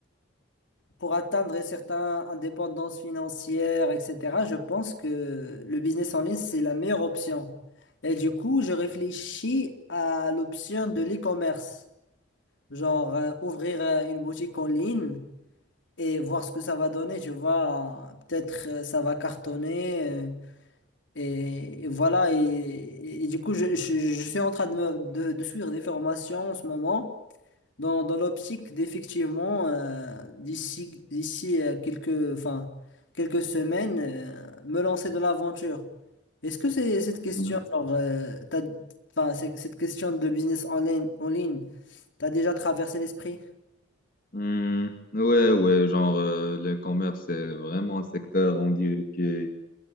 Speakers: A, on the left; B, on the left.
A: pour atteindre une certaines indépendances financières, etc. Je pense que le business en ligne, c'est la meilleure option. Et du coup, je réfléchis à l'option de l'e-commerce, genre euh, ouvrir euh, une boutique en ligne et voir ce que ça va donner, tu vois. Peut-être euh, ça va cartonner. euh, et, et voilà. Et, et- et du coup, je, je- je suis en train de, me- de, de suivre des formations en ce moment, dans, dans l'optique d'effectivement, euh, d'ici, d'ici euh, quelques, enfin, quelques semaines, euh, me lancer dans l'aventure. Est-ce que c'est cette question,
B: Hmm.
A: genre, euh, t'as- enfin, c'est- cette question de business en ligne, en ligne, t'as déjà traversé l'esprit?
B: Hmm, ouais, ouais, genre euh, le commerce, c'est vraiment un secteur, on dirait, qui est,